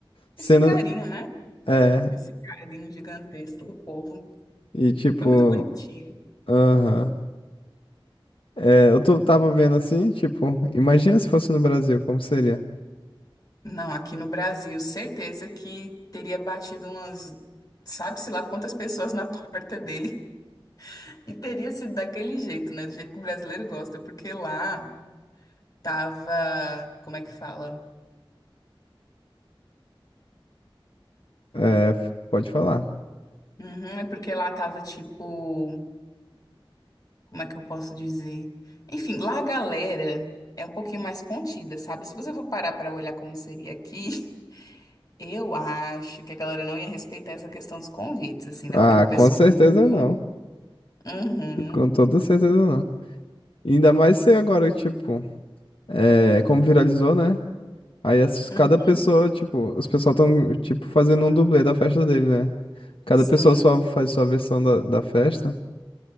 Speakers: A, on the left (about 75°); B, on the left (about 40°).
A: sendo...
B: Esse carinho, né?
A: É...
B: Esse carinho gigantesco do povo.
A: E tipo...
B: Foi muito bonitinho.
A: Aham. É, eu tô, tava vendo assim, tipo, imagina se fosse no Brasil, como seria?
B: Não, aqui no Brasil, certeza que teria batido umas, sabe-se lá quantas pessoas na <laughs> porta dele. E teria sido daquele jeito, né? Do jeito que o brasileiro gosta, porque lá tava. Como é que fala?
A: É, pode falar.
B: Uhum, é porque lá tava tipo. Como é que eu posso dizer? Enfim, lá a galera é um pouquinho mais contida, sabe? Se você for parar pra olhar como seria aqui, <laughs> eu acho que a galera não ia respeitar essa questão dos convites, assim, né?
A: Ah,
B: Porque o pessoal
A: com certeza
B: é muito.
A: não.
B: Uhum,
A: Com toda certeza não. Ainda mais se agora, tipo, é, como viralizou, né? Aí as- cada
B: uhum.
A: pessoa, tipo, os pessoal tão, tipo, fazendo um dublê da festa dele, né? Cada
B: Sim,
A: pessoa só faz sua versão da, da festa.